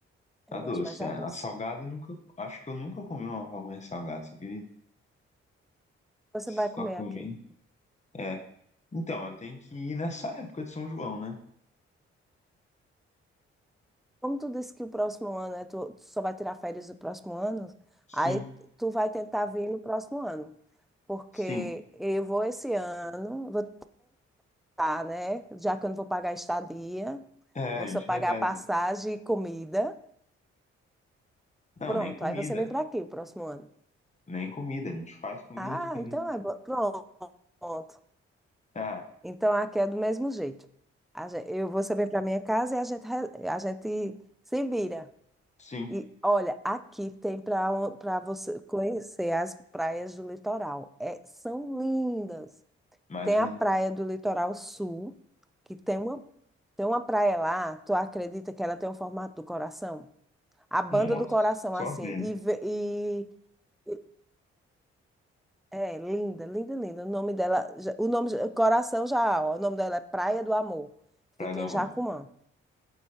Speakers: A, in the centre; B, on the left (about 25°).
A: Eu
B: A doce,
A: gosto mais da
B: a,
A: doce.
B: a salgada eu nunca, acho que eu nunca comi uma pamonha salgada, só que
A: você
B: só
A: vai comer
B: comi.
A: aqui.
B: É. Então, eu tenho que ir nessa época de São João, né?
A: Como tu disse que o próximo ano, né, tu tu só vai tirar férias no próximo ano, aí
B: Sim,
A: tu vai tentar vir no próximo ano. Porque
B: sim.
A: eu vou esse ano, vou tentar, né? Já que eu não vou pagar estadia,
B: É,
A: vou
B: a gente
A: só pagar
B: reveza.
A: passagem e comida.
B: Não,
A: Pronto,
B: nem comida,
A: aí você vem para aqui o próximo ano.
B: nem comida, a gente faz comida
A: Ah,
B: aqui também.
A: então é bom. Pronto.
B: Ah,
A: Então aqui é do mesmo jeito. A gen- eu, você vem para minha casa e a gente, re- a gente se vira.
B: sim,
A: E olha, aqui tem para para você conhecer as praias do litoral. É, são lindas.
B: imagino
A: Tem a praia do Litoral Sul, que tem uma, tem uma praia lá, tu acredita que ela tem o formato do coração? A banda
B: Nossa,
A: do coração,
B: só
A: assim.
B: vendo,
A: E, ve- e e- é linda, linda, linda. O nome dela, já- o nome, já- coração já, ó, o nome dela é Praia do Amor.
B: pra
A: Fica
B: dar
A: em
B: mano.
A: Jacumã.